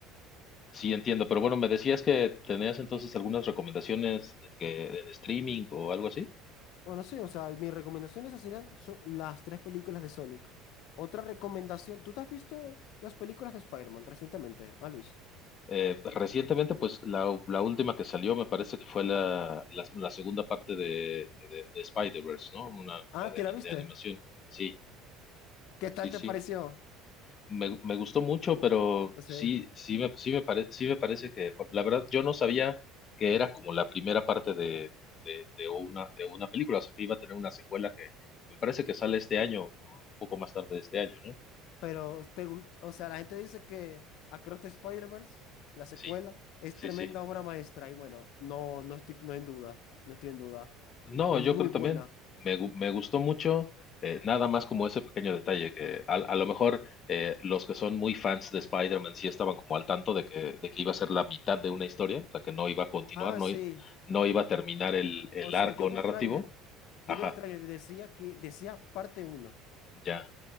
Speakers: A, on the left; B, on the left.
A: Sí, entiendo. Pero bueno, me decías que tenías entonces algunas recomendaciones de que en streaming o algo así.
B: O no sé, o sea, mi recomendación esas serían so- las tres películas de Sonic. Otra recomendación, ¿tú te has visto las películas de Spider-Man recientemente, ah, Luis?
A: Eh, recientemente, pues la, u- la última que salió me parece que fue la, la- la segunda parte de, de, de Spider-Verse, ¿no? Una,
B: Ah,
A: la de,
B: ¿te
A: ani-
B: la viste?
A: de animación. Sí,
B: ¿Qué tal
A: sí, sí.
B: te pareció?
A: Me, me gustó mucho, pero
B: O sea,
A: sí, sí me, sí me pare- sí me parece que, por- la verdad, yo no sabía que era como la primera parte de, de, de una, de una película, o sea, que iba a tener una secuela que me parece que sale este año, un poco más tarde de este año, ¿no?
B: pero te, gu- o sea, la gente dice que Across the Spider-Verse, la secuela,
A: Sí,
B: es
A: sí,
B: tremenda
A: sí.
B: obra maestra y bueno, no, no estoy, no en duda, no estoy en duda.
A: No,
B: Fue
A: yo
B: muy
A: creo
B: buena.
A: también. Me, gu- me gustó mucho, eh, nada más como ese pequeño detalle, que a, a lo mejor eh, los que son muy fans de Spider-Man sí estaban como al tanto de que, de que iba a ser la mitad de una historia, o sea, que no iba a continuar,
B: Ah,
A: no,
B: sí.
A: i- no iba a terminar el, el
B: O
A: arco
B: sea, yo vi
A: narrativo.
B: el tráiler. Yo
A: Ajá,
B: vi el tráiler y decía que decía parte uno
A: ya.